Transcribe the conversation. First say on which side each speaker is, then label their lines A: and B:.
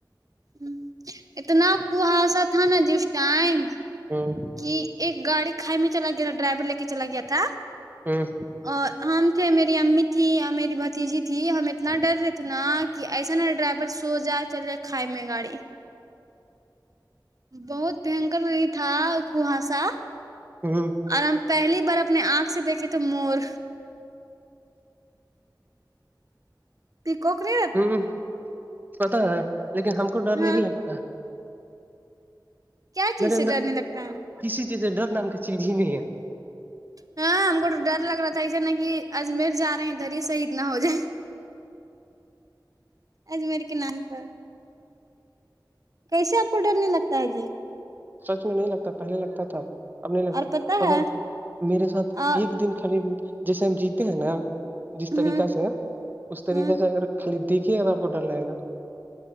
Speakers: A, on the right; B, on the right.
A: ہ اتنا کحاسہ تھا نا جس ٹائم
B: ہوں
A: کہ ایک گاڑی کھائی میں چلا گیا تھا ڈرئیور لے کر چلا گیا تھا
B: ہوں
A: آ ہم تھے میری امی تھی اور میری بھتیجی تھی ہم اتنا ڈر رہے تھے نا کہ ایسا نا ڈرائیور سو جائے چلے کھائی میں گاڑی بہت بھیانکر نہیں تھا کوہسا
B: ہوں
A: اور ہم پہلی بار اپنے آنکھ سے دیکھے تھے مور پی کوک رے
B: ہوں پتا ہے لیکن ہم کو ڈر
A: ہاں
B: نہیں لگتا ہے
A: کیا چیز
B: میرے
A: سے
B: اندر
A: ڈرنے لگتا ہے
B: کسی چیز سے ڈر نام کی چیز ہی نہیں ہے
A: ہاں ہم کو تو ڈر لگا تھا ایسے نا کہ اجمیر جا رہے ہیں دھر ہی شہید نا ہو جائے اجمیر کے نام پر کیسے آپ کو ڈر نہیں لگتا ہے جی
B: سچ میں نہیں لگتا پہلے لگتا تھا اب نہیں لگتا
A: اور پتہ
B: تو
A: ہے
B: میرے ساتھ
A: اور
B: ایک دن خالی جیسے ہم جیتے ہیں ناں جس طریقہ
A: ہاں
B: سے اس طریقے
A: ہاں
B: سے اگر خالی دیکھے گا تو آپ کو ڈر لگے گا